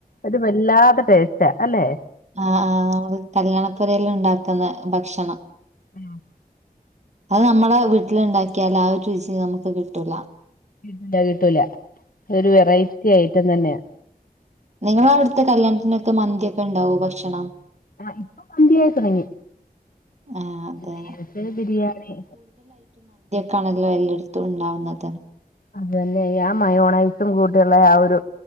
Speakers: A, on the left (about 60°); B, on the right (about 45°).
A: ഒരു വല്ലാതെ - ടേസ്റ്റ് അല്ലേ
B: ആ അത് കല്യാണപ്പുരല് ഉണ്ടാക്കുന്ന ഭക്ഷണം
A: ഉഹ <unintelligible>
B: അത് നമ്മുടെ വീട്ടില് ഉണ്ടാക്കിയാല് ആ ഒരു രുചി നമുക്ക് കിട്ടൂല
A: ഇല്ല കിട്ടൂല ഒരു വെറൈറ്റി ആയിട്ട് തന്നെയാ
B: നിങ്ങള് അവിടുത്തെ കല്യാണത്തിനൊക്കെ മന്തിയൊക്കെ ഉണ്ടാവും ഭക്ഷണം
A: ആ ഇപ്പൊ മന്തിയായി തുടങ്ങി
B: ആഹ് അതെ
A: നേരത്തെ ബിരിയാണി
B: കാണല്ലോ എൽ ഉണ്ടാവുന്നത്
A: അത് തന്നെ ആ മയോണൈസും കൂട്ടിയുള്ള ആ ഒരു